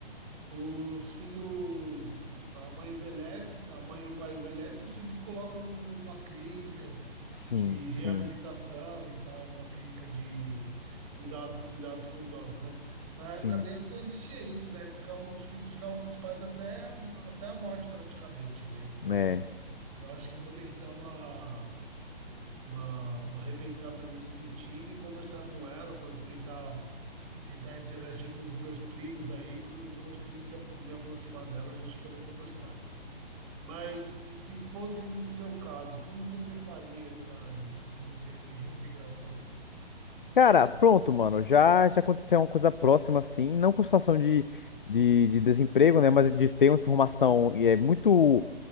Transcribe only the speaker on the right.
os filhos, a mãe envelhece, a mãe e o pai envelhecem, os filhos colocam numa clínica,
de reabilitação
e tal, numa clínica de cuidado, cuidados com idosos, né? Na
época deles não existia isso, né? Eles ficavam, os filhos ficavam com os pais até, a- até a morte praticamente, né? Então,
eu acho que eu vou ter que dar uma, uma, uma repensada nesse sentido e conversar com ela, co- tentar, tentar interagir com os meus primos aí, para os meus primos se, ap- me aproximar dela, a gente poder conversar. Mas se fosse no seu caso, como você faria essa reinte- reintegração?